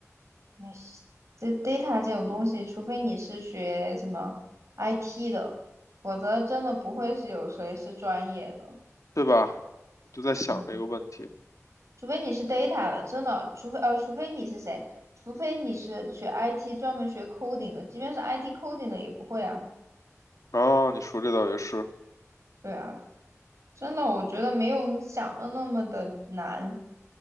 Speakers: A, on the right (about 65°); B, on the left (about 80°).
A: 哎，这 data 这种东西，除非你是学什么 IT 的，否则真的不会是有谁是专业的。
B: 对吧？我就在想这个问题。
A: 嗯，除非你是 data 的，真的，除非呃，除非你是谁？除非你是学 IT 专门学 coding 的，即便是 IT coding 的也不会啊。
B: 啊，你说这倒也是，
A: 对啊，真的，我觉得没有你想的那么的难，